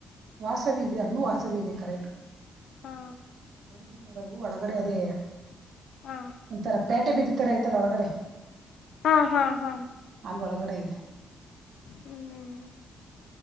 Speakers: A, on the right; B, on the left.
A: ವಾಸವಿ ಇದ್ಯಾ ಅಲ್ಲೂ ವಾಸವಿ ಇದೆ ಕರೆಕ್ಟ್.
B: ಹಾ.
A: ಬಿದ್ನುರಾಗೂ ಒಳಗಡೆ ಅದೇ.
B: ಹಾ
A: ಒಂತರ ಪೇಟೆ ಬೀದಿ ತರ ಐತಲ್ಲ ಒಳಗಡೆ.
B: ಹಾ ಹಾ ಹಾ.
A: ಒಳಗಡೆ ಇದೆ.
B: ಹ್ಮ್